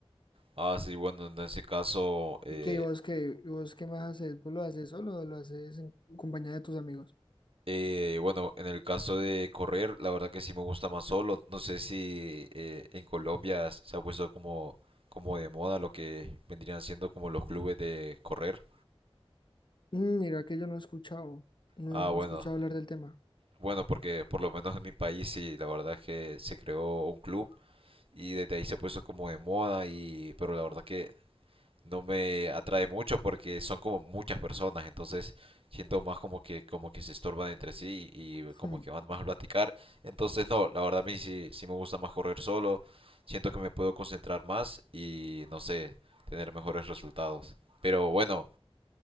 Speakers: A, on the right; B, on the left.
A: Ah, sí, bueno, en ese caso, eh,
B: ¿Y qué ¿Y vos qué? ¿Y vos qué más haces? ¿Vos lo haces solo o lo haces en compañía de tus amigos?
A: eh, bueno, en el caso de correr, la verdad que sí me gusta más solo. No sé si eh, en Colombia se ha puesto como, como de moda lo que vendrían siendo como los clubes de correr.
B: Mm, mira que yo no he escuchado, no,
A: Ah,
B: no
A: bueno.
B: he escuchado hablar del tema.
A: Bueno, porque por lo menos en mi país sí, la verdad es que se creó un club y desde ahí se puso como de moda y pero la verdad que no me atrae mucho porque son como muchas personas, entonces siento más como que como que se estorban entre sí y como
B: Hmm,
A: que van más a platicar. Entonces no, la verdad a mí sí, sí me gusta más correr solo, siento que me puedo concentrar más y no sé, tener mejores resultados. Pero bueno,